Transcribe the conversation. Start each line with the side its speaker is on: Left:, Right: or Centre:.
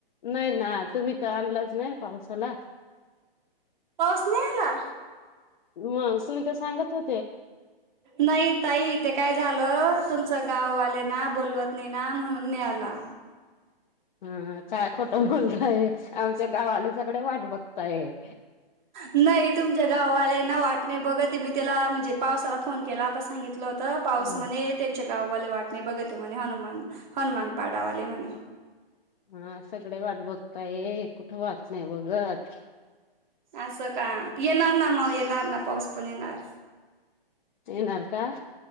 Left: नाही ना तुम्ही तर आणलाच नाही पावसाला
Right: तसणी हला
Left: मग तुम्ही तर सांगत हो
Right: नाही तई ते काय झालं तुमचं गाववाले ना बोलवत ना म्हणून नला
Left: हा काय खोटं बोलतय आमच्या गावाले सगळे वाट बघतय
Right: नाही तुमच्या गाववाले वाटणे बघ ते मी त्याला म्हणजे पावसाला फोन केला आता सांगितलं होत पाऊस
Left: हा
Right: म्ह त्यांच्या गाववाले वाट नाही बघत म्हणे हनुमान हनुमान पाडावाले म्हणे
Left: हा सगळे वाट बघताय कुठं वाच नाही बघत
Right: असं का येणार ना मग येणार ना पाऊस पण येणार
Left: ये नाार का